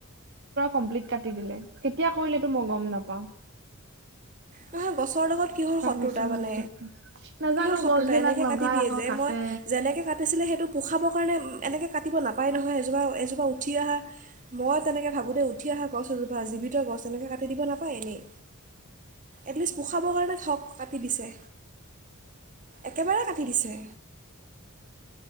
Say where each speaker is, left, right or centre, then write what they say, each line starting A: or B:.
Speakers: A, on the right; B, on the right.
A: কম্প্লেট কাটি দিলে, কেতিয়া কৰিলে মই গম নাপাওঁ।
B: নহয় গছৰ লগত কিহৰ শত্ৰুতা
A: কিছুমান
B: মানে
A: কৰিছে নাজানো
B: কিহৰ শত্ৰুতা
A: গছ বিলাক
B: এনেকৈ
A: লগাই
B: কাটি দিয়ে
A: আকৌ
B: যে
A: কাটে
B: মই যেনেকৈ কাটিছিলে সেইটো পোখাবৰ কাৰণে এনেকৈ কাটিব নাপায় নহয় এজোপা এজোপা উঠি অহা মই তেনেকৈ ভাবোঁ দ উঠি অহা গছ এজোপা জীৱিত গছ তেনেকৈ কাটি দিব নাপায় এনেই এটলিষ্ট পোখাবৰ কাৰণে ঠগ কাটি দিছে। একেবাৰে কাটি দিছে।